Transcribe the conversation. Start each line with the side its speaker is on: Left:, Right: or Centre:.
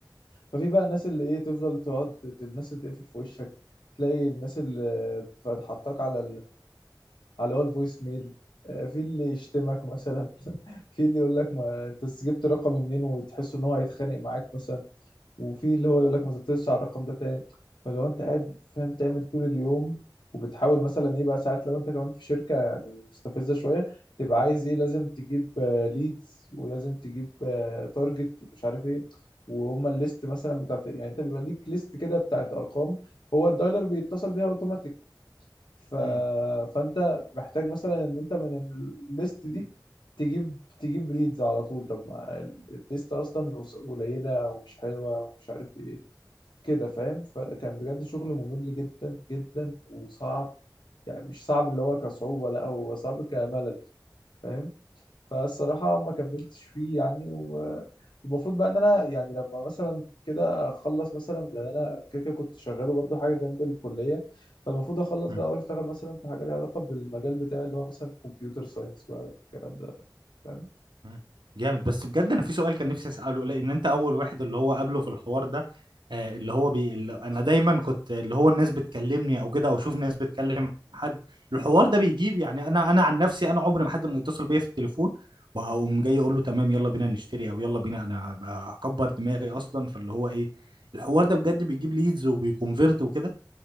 Left: ففي بقى الناس اللي ايه تفضل تقعد الناس اللي تقفل في وشك تلاقي الناس اللي بتحطك على على اللي هو الفويس ميل آه، في اللي يشتمك مثلا <laughs> في اللي يقول لك ما انت جبت رقمي منين وتحس ان هو هيتخانق معاك مثلا وفي اللي هو يقول لك ما تتصلش على الرقم ده تاني فلو انت قاعد فاهم تعمل طول اليوم وبتحاول مثلا ايه بقى ساعات لو انت كمان في شركة يعني مستفزة شوية تبقى عايز ايه لازم تجيب ليدز ولازم تجيب تارجت ومش عارف ايه وهم الليست مثلا بتاعت يعني انت بيبقى ليك ليست كده بتاعت ارقام هو الدايلر بيتصل بيها اوتوماتيك ف...
Right: امم
Left: فانت محتاج مثلا ان انت من الليست دي تجيب تجيب ليدز على طول طب ما الليست اصلا قليله ومش حلوه ومش عارف ايه كده فاهم فكان بجد شغل ممل جدا جدا وصعب يعني مش صعب اللي هو كصعوبه لا هو صعب كملل فاهم فالصراحة ما كملتش فيه يعني والمفروض بقى ان انا يعني لما مثلا كده اخلص مثلا لان انا كده كده كنت شغاله برضو حاجة جنب الكلية فالمفروض اخلص
Right: إمم.
Left: بقى واشتغل مثلا في حاجة ليها علاقة بالمجال بتاعي اللي هو مثلا كمبيوتر ساينس بقى الكلام ده فاهم؟
Right: مم. جامد بس بجد انا في سؤال كان نفسي اساله لان انت اول واحد اللي هو قابله في الحوار ده آه، اللي هو بي... اللي انا دايما كنت اللي هو الناس بتكلمني او كده او اشوف ناس بتكلم حد الحوار ده بيجيب يعني انا انا عن نفسي انا عمري ما حد ما يتصل بيا في التليفون وهقوم جاي اقول له تمام يلا بينا نشتري او يلا بينا انا هكبر دماغي اصلا فاللي هو ايه الحوار ده بجد بيجيب ليدز وبيكونفيرت وكده